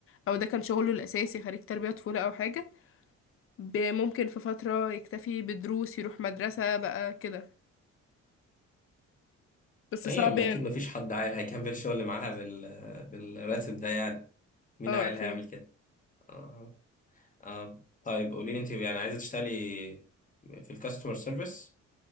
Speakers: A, on the left; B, on the left.
A: او ده كان شغله الاساسي خريج تربية طفولة او حاجة ب- ممكن في فترة يكتفي بدروس يروح مدرسة بقى كده بس
B: ايوه
A: صعب
B: ما
A: يعني
B: اكيد ما فيش حد عاقل هيكمل شغل معاها بال... بالراتب ده يعني مين
A: اه
B: عاقل
A: اكيد
B: هيعمل كده آه. آه. طيب قولي لي انت يعني عايزه تشتغلي في الكاستمر سيرفيس